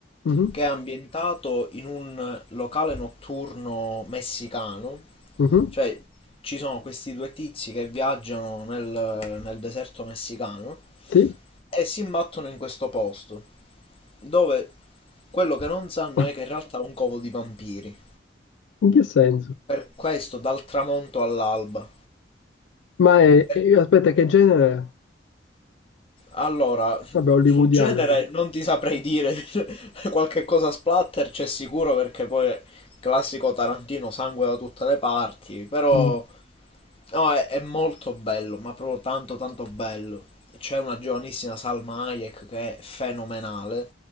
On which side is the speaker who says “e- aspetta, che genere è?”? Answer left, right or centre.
Left